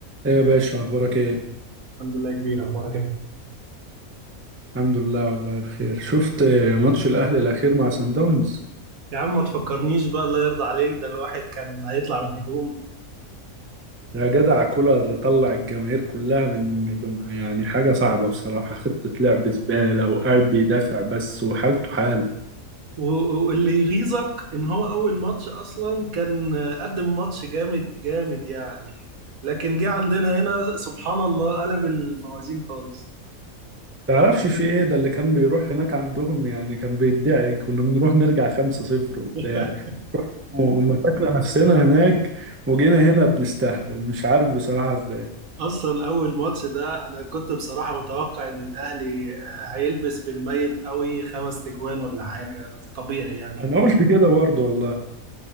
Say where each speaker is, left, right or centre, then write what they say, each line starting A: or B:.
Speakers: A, on the right; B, on the right.
A: ايه يا باشا اخبارك ايه
B: الحمد لله كبير اخبارك انت
A: الحمد لله والله بخير شفت ماتش الاهلي الاخير مع سان داونز
B: يا عم ما تفكرنيش بقى الله يرضى عليك ده الواحد كان هيطلع من هدوم
A: يا جدع كولر طلع الجماهير كلها من هدومها يعني حاجه صعبه بصراحه خطه لعب زباله وقاعد بيدافع بس وحالته حال
B: و- واللي يغيظك ان هو اول ماتش اصلا كان قدم ماتش جامد جامد يعني لكن جه عندنا هنا سبحان الله قلب الموازين خالص
A: تعرفش في ايه ده اللي كان بيروح هناك عندهم يعني كان بيدعي كنا بنروح نرجع 5-0
B: <laughs>
A: وبتاع ومسكنا نفسنا هناك وجينا هنا بنستهبل مش عارف بصراحه ازاي
B: اصلا اول ماتش ده انا كنت بصراحة متوقع ان الاهلي هيلبس بالميت قوي خمس تكوان ولا حاجة طبيعي يعني
A: انا قلت كده برضه والله